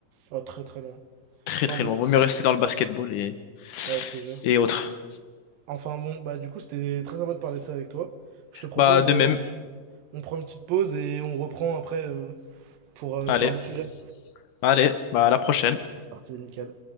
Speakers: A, on the right; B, on the left.
A: Oh, très très loin.
B: Très,
A: Enfin
B: très
A: bon,
B: loin. Vaut mieux rester dans le basketball et,
A: ouais, je te jure.
B: et autres.
A: Enfin bon, bah du coup, c'était très sympa de parler de ça avec toi. Je te propose,
B: Bah, de
A: euh,
B: même.
A: on, on prend une petite pause et on reprend après euh, pour, euh,
B: Allez,
A: sur un autre sujet.
B: allez, bah, à la prochaine.
A: Ouais, c'est parti, nickel.